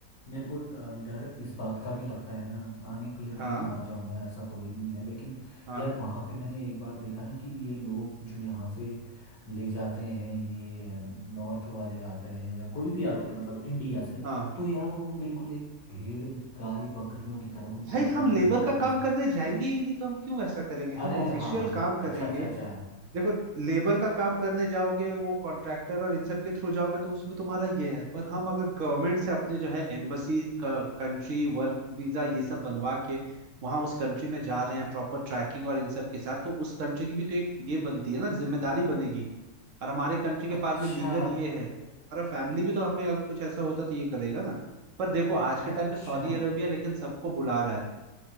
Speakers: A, on the left; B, on the right.
A: मेरे को अ, डर इस बात का भी लगता है ना आने के लिए
B: हाँ
A: तो मैं आ जाऊंगा ऐसा कोई नहीं है लेकिन
B: हाँ
A: यार वहाँ पे मैंने एक बार देखा ना कि ये लोग जो यहाँ से ले जाते हैं ये नॉर्थ वाले आते हैं या कोई भी आते हैं मतलब इंडिया से
B: हाँ
A: तो यार वो बिल्कुल एक भेड़ गाय बकरियों की तरह उनको
B: भाई
A: एक
B: हम
A: कमरे
B: लेबर
A: में
B: का
A: ठूस
B: काम करने जाएंगे ही नहीं तो हम क्यों ऐसा करेंगे हम
A: अरे
B: ऑफिशियल
A: हाँ
B: काम करेंगे
A: अच्छा अच्छा अच्छा
B: देखो लेबर का काम करने जाओगे वो कॉन्ट्रैक्टर और इन सब के थ्रू जाओगे तो उसमें तुम्हारा ये है पर हम अगर गवर्नमेंट से अपने जो है एम्बसी कंट्री वर्क वीजा ये सब बनवा के वहां उस कंट्री में जा रहे हैं प्रॉपर ट्रैकिंग और इन सब के साथ तो उस कंट्री की भी तो एक ये बनती है ना जिम्मेदारी बनेगी और हमारे कंट्री के
A: अच्छा
B: पास भी लीगल ये है तो हमारा फैमिली भी तो हमें अगर कुछ ऐसा होता तो ये करेगा ना पर देखो आज के
A: अच्छा
B: टाइम पे सऊदी अरेबिया लेकिन सबको बुला रहा है